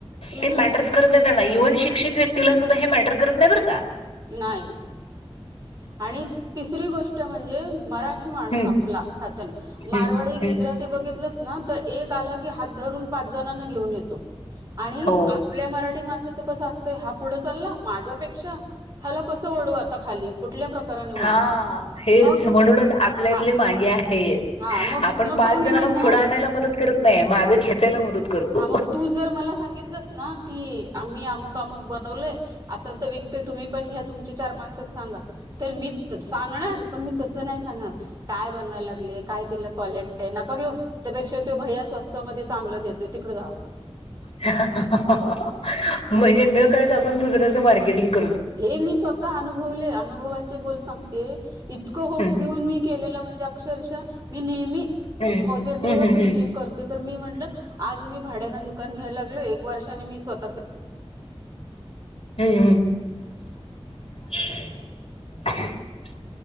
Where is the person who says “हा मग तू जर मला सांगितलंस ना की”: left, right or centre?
Right